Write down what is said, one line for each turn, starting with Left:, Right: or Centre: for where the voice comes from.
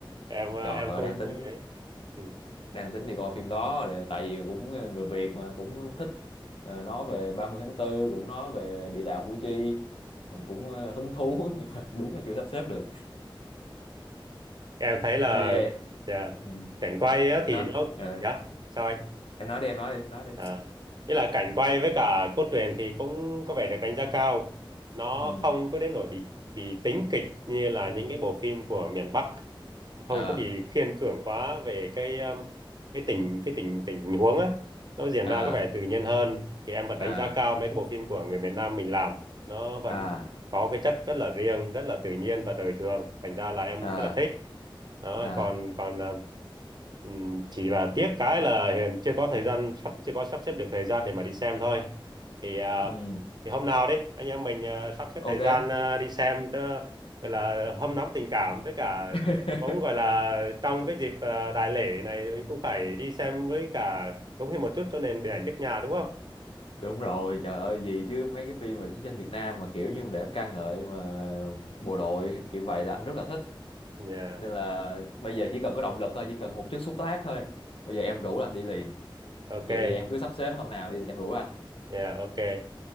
Right: em ờ,
Left: trời
Right: em
Left: ơi
Right: cũng
Left: đang tính
Right: ấy. Ừ.
Left: đang tính đi coi phim đó Ờ, tại vì cũng ờ, người Việt mà cũng thích ờ, nói về ba mươi tháng 4 cũng nói về Địa Đạo Củ Chi mình cũng ờ, hứng thú <laughs> nhưng mà đúng là chưa sắp xếp được
Right: em thấy là
Left: nên vậy
Right: dạ
Left: ừ
Right: cảnh quay á
Left: em
Right: thì
Left: nói
Right: nó
Left: ờ,
Right: dạ sao anh
Left: em nói đi em nói đi em nói đi
Right: À, nghĩa là cảnh quay với cả cốt truyện thì cũng có vẻ được đánh giá cao. Nó
Left: ừ
Right: không có đến nỗi bị bị tính kịch như là những cái bộ phim của miền Bắc, không
Left: à
Right: có bị khiên cưỡng quá về cái um, cái tình cái tình tình tình huống á. Nó diễn
Left: à
Right: ra có vẻ tự nhiên hơn. Thì em vẫn
Left: à
Right: đánh giá cao mấy cái bộ phim của người miền Nam mình làm. Nó vẫn
Left: à
Right: có cái chất rất là riêng, rất là tự nhiên và đời thường. Thành ra là em
Left: à
Right: rất là thích. Đó,
Left: à
Right: còn còn à, Ừ, chỉ là tiếc cái là hiện chưa có thời gian sắp chưa có sắp xếp được thời gian để mà đi xem thôi thì à,
Left: ừ
Right: thì hôm nào đi anh em mình à, sắp xếp
Left: ok
Right: thời gian à, đi xem cho gọi là hâm nóng tình cảm với cả
Left: <laughs>
Right: cũng gọi là trong cái dịp à, đại lễ này thì mình cũng phải đi xem với cả cống hiến một chút cho nền điện ảnh nước nhà đúng không?
Left: đúng rồi trời ơi gì chứ mấy cái phim về chiến tranh Việt Nam mà kiểu như để em ca ngợi mà bộ đội kiểu vậy là anh rất là thích
Right: Yeah.
Left: nên là bây giờ chỉ cần có động lực thôi chỉ cần một chút xúc tác thôi bây giờ em rủ anh đi liền
Right: Ok.
Left: vậy thì em cứ sắp xếp hôm nào đi thì em rủ anh
Right: Yeah, ok.